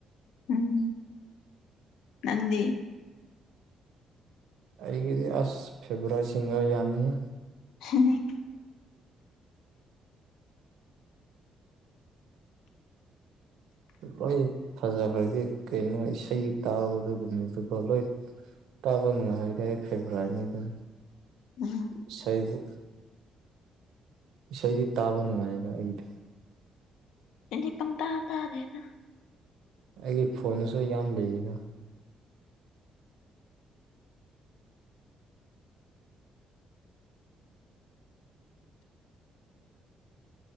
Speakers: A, on the left; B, on the right.
A: ꯎꯝ ꯅꯪꯗꯤ
B: ꯑꯩꯒꯤꯗꯤ ꯑꯁ ꯐꯦꯕꯣꯔꯥꯏ ꯁꯤꯡꯒꯔ ꯌꯥꯝꯃꯤꯍꯦ
A: <unintelligible>
B: ꯂꯣꯏ ꯐꯖꯈ꯭ꯔꯗꯤ ꯀꯩꯅꯣ ꯏꯁꯩ ꯇꯥꯕꯗꯨꯨꯒꯨꯝꯕꯗꯨꯀꯣ ꯂꯣꯏ ꯇꯥꯕ ꯅꯨꯉꯥꯏꯔꯗꯤ ꯑꯩ ꯐꯦꯕꯣꯔꯥꯏꯠꯅꯤ ꯑꯗꯣ
A: ꯎꯝ
B: ꯏꯁꯩꯕꯨ ꯏꯁꯩꯗꯤ ꯇꯥꯕ ꯅꯨꯉꯥꯏꯑꯕ ꯑꯩꯗꯤ
A: ꯑꯩꯗꯤ ꯄꯪꯇꯥ ꯇꯥꯔꯦꯗ
B: ꯑꯩꯒꯤ ꯐꯣꯟꯗꯁꯨ ꯌꯥꯝ ꯂꯩꯌꯦꯗ